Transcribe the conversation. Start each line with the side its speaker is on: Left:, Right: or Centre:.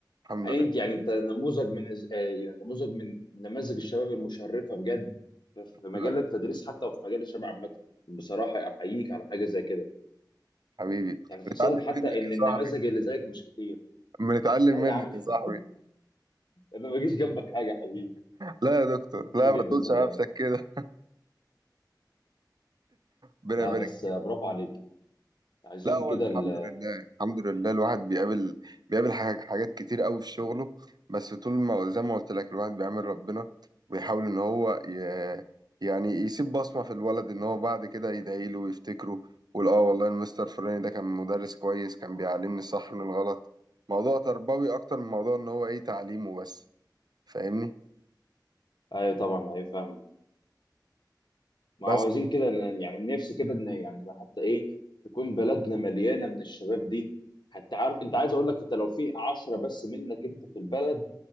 Right: الحمد
Left: حقيقي
Right: لله
Left: انت يعني انت نموذج من الز- آه، يعني نموذج من نماذج الشباب المشرفه بجد في في مجال
Right: يبقى
Left: التدريس حتى وفي مجال الشباب عامه بصراحه احييك على حاجه زي كده
Right: حبيبي
Left: يعني خاصه
Right: بنتعلم
Left: حتى
Right: منك
Left: ان
Right: يا صاحبي
Left: النماذج اللي زيك مش كتير
Right: بنتعلم
Left: لا يا
Right: منك
Left: عم <laughs>
Right: يا صاحبي
Left: انا ما بجيش جنبك حاجه يا حبيبي
Right: لا يا دكتور
Left: شاطر
Right: لا
Left: جدا
Right: ما تقولش
Left: صدقني
Right: على نفسك كده ربنا
Left: لا
Right: يبارك
Left: بس آه، برافو عليك عايزين
Right: لا هو
Left: كده
Right: الحمد
Left: ال...
Right: لله الحمد لله الواحد بيقابل بيقابل حاج- حاجات كتير قوي في شغله بس طول ما زي ما قلت لك الواحد بيعمل ربنا ويحاول ان هو ي... يعني يسيب بصمة في الولد ان هو بعد كده يدعي له ويفتكره ويقول اه والله المستر فلاني ده كان مدرس كويس كان بيعلمني الصح من الغلط موضوع تربوي اكتر من موضوع ان هو ايه تعليمه بس فاهمني
Left: ايوه طبعا ايوه فاهمك ما
Right: بس
Left: هو عايزين كده ال- يعني نفسي كده ان يعني حتى ايه تكون بلدنا مليانه من الشباب دي حتى عارف انت عايز اقول لك انت لو في 10 بس منك انت في البلد